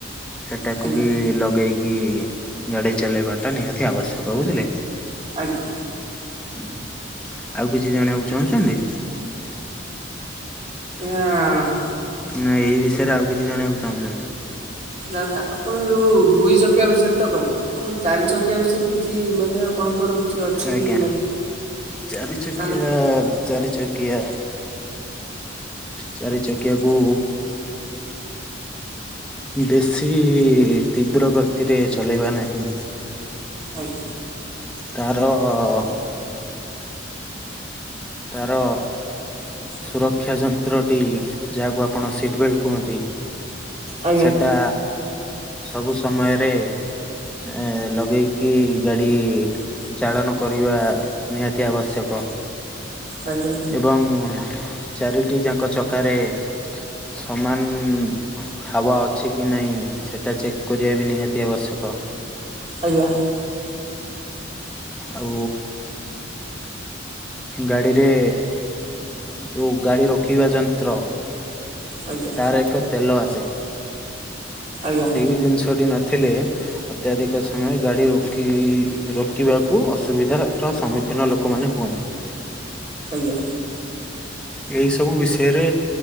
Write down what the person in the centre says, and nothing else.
ସେଟାକୁ
ବି ଲଗେଇକି ଗାଡି ଚଲେଇବା ଟା ନିହାତି ଆବଶ୍ୟକ ବୁଝିଲେ।
ହୁଁ, ଆଉ କିଛି ଜଣିବାକୁ ଚାହୁଁଛନ୍ତି।
ନା ଏଇ ବିଷୟରେ ଆଉ କିଛି ଜାଣିବାକୁ ଚାହୁଁଛନ୍ତି।
ଆଜ୍ଞା
ଚାରିଚକିଆ
ଚାରି ଚକିଆ ଚାରି ଚକିଆକୁ ବେଶୀ ତୀବ୍ର ଗତିରେ ଚଲେଇବା ନାହିଁ।
ତାର ଅ ତାର ସୁରକ୍ଷା ଯନ୍ତ୍ର ଟି ଯାହାକୁ ଆପଣ ସିଟ ବେଲଟ କୁହନ୍ତି।
ସେଟା ସବୁ ସମୟରେ ଏ ଲଗେଇକି ଗାଡି ଚାଳନ କରିବା ନିହାତି ଆବଶ୍ୟକ।
ଏବଂ ଚାରିଟି ଯାକ ଚକାରେ ସମାନ ହାୱଅଛି କି ନାହିଁ ସେଟା ଚେକ୍ କରିବା ବି ନିହାତି ଆବଶ୍ୟକ।
ଓ। ଗାଡିରେ ଯୋଉ ଗାଡି ରଖିବା ଯନ୍ତ୍ର
ତାର ଏକ ତେଲ ଆସେ
ସେଇ ଜିନିଷଟି ନ ଥିଲେ ଅତ୍ୟଧିକ ସମୟ ଗାଡି ରୋକି ରୋକିବାକୁ ଅସୁବିଧା ର ସମ୍ମୁଖୀନ ଲୋକମାନେ ହୁଅନ୍ତି।
ଏଇ ସବୁ ବିଷୟରେ